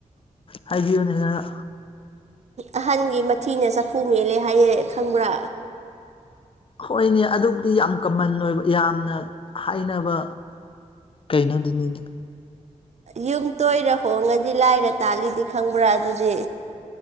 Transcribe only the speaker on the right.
ꯑꯍꯥꯟꯒꯤ ꯃꯊꯤꯅ ꯆꯐꯨ ꯃꯦꯜꯂꯦ ꯍꯥꯏꯌꯦ ꯈꯪꯕ꯭ꯔꯥ
ꯌꯨꯝ ꯇꯣꯏꯔ ꯍꯣꯡꯉꯗꯤ ꯂꯥꯏꯔ ꯇꯥꯜꯂꯤꯗꯤ ꯈꯪꯕ꯭ꯔꯥ ꯑꯗꯨꯗꯤ